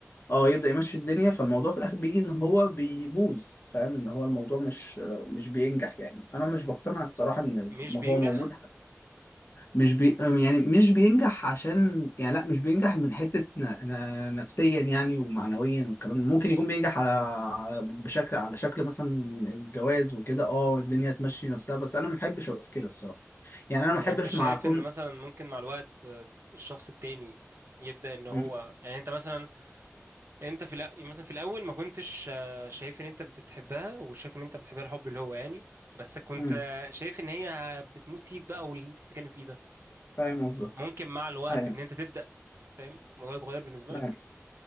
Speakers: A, on the left; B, on the right.
A: اه يبدأ يمشي الدنيا فالموضوع في الآخر بيجي إن هو بيبوظ فاهم إن هو الموضوع مش مش بينجح يعني أنا مش بقتنع الصراحة إن
B: مش
A: ما
B: بينجح
A: هو موجود مش بي يعني مش بينجح عشان يعني لا مش بينجح من حتة ن... ن... نفسيا يعني ومعنويا والكلام ده. ممكن يكون بينجح على... على بشكل على شكل مثلا الجواز وكده اه الدنيا تمشي نفسها بس أنا ما بحبش أبقى في كده الصراحة يعني أنا ما
B: طب
A: بحبش
B: يعني انت شايف
A: مع أكون
B: ان مثلا ممكن مع الوقت آه، الشخص التاني يبدا ان هو
A: م-
B: يعني انت مثلا انت في الأ- مثلا في الاول ما كنتش آه، شايف ان انت بتحبها وشايف ان انت بتحبها الحب اللي هو يعني بس كنت
A: م-
B: آه، شايف ان هي بتموت فيك بقى واللي انت بتتكلم فيه ده
A: فاهم قصدك
B: ممكن مع الوقت
A: أيوه
B: ان انت تبدا فاهم الموضوع يتغير بالنسبه لك
A: أيوه.